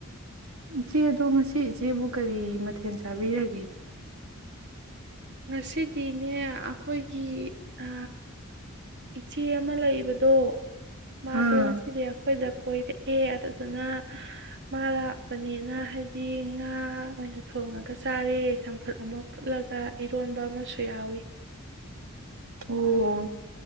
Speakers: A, on the right (about 85°); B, on the right (about 55°).
A: ꯏꯆꯦ ꯑꯗꯣ ꯉꯁꯤ ꯏꯆꯦꯕꯨ ꯀꯔꯤ ꯃꯊꯦꯜ ꯆꯥꯕꯤꯔꯒꯦ
B: ꯉꯁꯤꯗꯤꯅꯦ ꯑꯈꯣꯏꯒꯤ ꯑ ꯏꯆꯦ ꯑꯃ ꯂꯩꯕꯗꯣ ꯃꯥꯗꯣ
A: ꯑꯥ
B: ꯉꯁꯤꯗꯤ ꯑꯈꯣꯏꯗ ꯀꯣꯏꯔꯛꯑꯦ ꯑꯗꯨꯗꯨꯅ ꯃꯥ ꯂꯥꯛꯄꯅꯤꯅ ꯍꯥꯏꯗꯤ ꯉꯥ ꯑꯣꯏꯅ ꯊꯣꯡꯉꯒ ꯆꯥꯔꯦ ꯆꯝꯐꯨꯠ ꯑꯃ ꯐꯨꯠꯂꯒ ꯏꯔꯣꯟꯕ ꯑꯃꯁꯨ ꯌꯥꯎꯋꯤ
A: ꯑꯣ